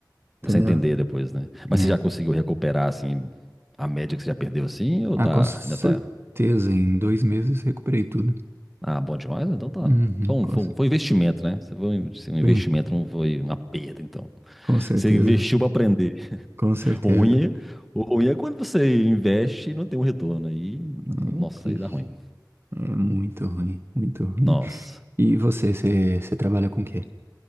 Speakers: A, on the right (about 35°); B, in the centre.
A: Entendeu?
B: você entender depois, né? Mas
A: É.
B: você já conseguiu recuperar, assim, a média que você já perdeu, assim, ou
A: Ah,
B: tá,
A: com certeza,
B: ainda tá
A: em dois meses recuperei tudo.
B: Ah, bom demais, então tá.
A: Uhum,
B: Foi um,
A: com,
B: foi
A: cer-
B: um- foi um investimento, né? Você foi um, se um investimento,
A: Sim,
B: não foi uma perda, então.
A: com certeza.
B: Você investiu pra aprender.
A: Com certeza.
B: O ruim é, o ruim é quando você investe e não tem um retorno. Aí,
A: É
B: nossa,
A: triste.
B: aí dá ruim.
A: É muito ruim, muito ruim.
B: Nossa.
A: E você, você, você trabalha com o quê?